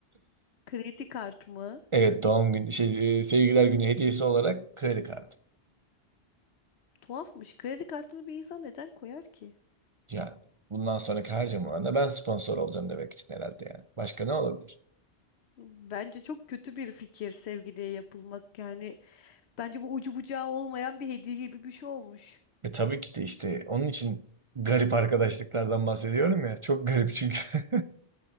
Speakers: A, on the left; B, on the right.
A: Kredi kartımı...
B: Evet doğum günü şey, e, sevgililer günü hediyesi olarak kredi kartı.
A: Tuhafmış. Kredi kartını bir insan neden koyar ki?
B: Yani bundan sonraki harcamalarında ben sponsor olacağım demek için herhalde yani. Başka ne olabilir?
A: Bence çok kötü bir fikir sevgiliye yapılmak. Yani bence bu ucu bucağı olmayan bir hediye gibi bir şey olmuş.
B: E tabii ki de işte onun için garip arkadaşlıklardan bahsediyorum ya. Çok garip çünkü. <laughs>